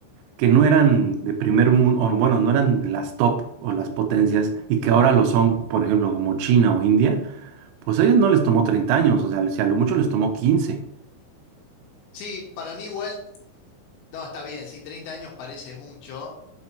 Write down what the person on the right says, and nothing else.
que no eran de primer mundo, o bueno, no eran las top o las potencias, y que ahora lo son, por ejemplo, como China o India, pues a ellos no les tomó treinta años, o sea, si a lo mucho les tomó quince.